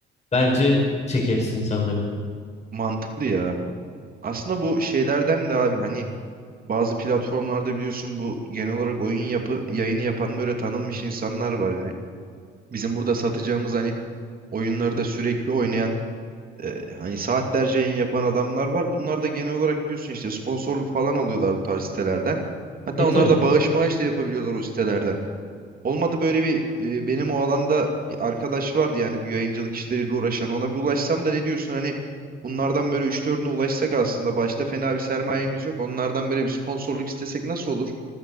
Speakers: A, on the left; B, on the right.
A: bence çekeriz insanları.
B: Mantıklı ya. Aslında bu şeylerden de abi hani bazı platformlarda biliyorsun bu genel olarak oyun yapı yayını yapan böyle tanınmış insanlar var. Yani bizim burada satacağımız hani oyunları da sürekli oynayan E, hani saatlerce yayın yapan adamlar var. Bunlar da genel olarak diyorsun işte sponsorluk falan alıyorlar bu tarz sitelerden. Hatta
A: E tabii.
B: onlar da bağış mağış da yapabiliyorlar o sitelerden. Olmadı böyle bir e, benim o alanda bir arkadaş vardı yani bu yayıncılık işleriyle uğraşan ona bir ulaşsam da ne diyorsun hani bunlardan böyle üç 4üne ulaşsak aslında başta fena bir sermayemiz yok. Onlardan böyle bir sponsorluk istesek nasıl olur?